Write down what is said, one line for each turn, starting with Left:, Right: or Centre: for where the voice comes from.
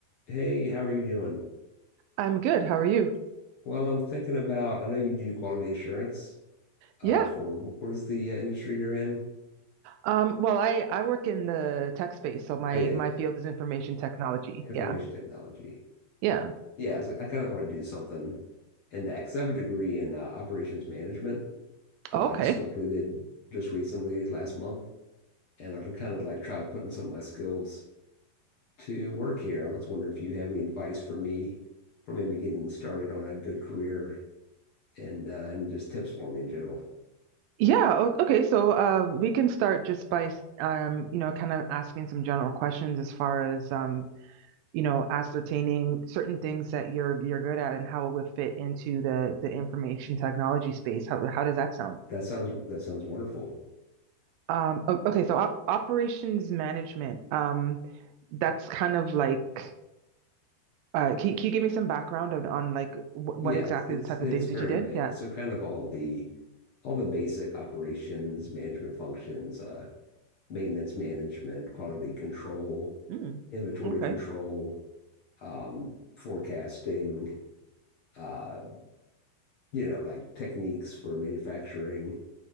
Left: Hey, how are you doing?
Right: I'm good. How are you?
Left: Well, I'm thinking about, I know you do quality assurance uh,
Right: Yeah.
Left: for wh- what is the uh, industry you're in?
Right: Um, well, I I work in the tech space, so my
Left: Oh, yeah, yeah,
Right: my field is information technology.
Left: yeah. information
Right: Yeah.
Left: technology.
Right: Yeah.
Left: Yeah, so I kind of want to do something in that because I have a degree in uh, operations management.
Right: Oh,
Left: Uh, I
Right: okay.
Left: just completed just recently last month, and I'd kind of like try putting some of my skills to work here. I was wondering if you have any advice for me for maybe getting started on a good career and uh, any just tips for me in general.
Right: Yeah. o- Okay. So uh, we can start just by um, you know, kind of asking some general questions as far as um, you know, ascertaining certain things that you're you're good at and how it would fit into the the information technology space. How how does that sound?
Left: That sounds that sounds wonderful.
Right: Um, o- okay. So op operations management. Um, that's kind of like. Uh, can, can you give me some background on, on like wh
Left: Yeah,
Right: what exactly
Left: it's it's
Right: the type
Left: it's
Right: of things
Left: very
Right: that you did?
Left: vague.
Right: Yeah.
Left: So kind of all the all the basic operations, management functions, uh, maintenance management, quality control,
Right: Mm,
Left: inventory
Right: okay.
Left: control, um, forecasting, uh, you know, like techniques for manufacturing,